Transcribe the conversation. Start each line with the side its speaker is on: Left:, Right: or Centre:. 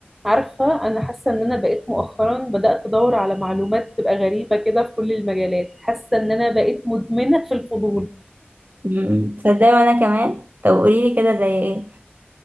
Centre: عارفة أنا حاسة إن أنا بقيت مؤخرا بدأت أدور على معلومات تبقى غريبة كده في كل المجالات حاسة إن أنا بقيت مدمنة في الفضول
Right: مم. تصدقي وانا كمان طب قولي لي كده زي ايه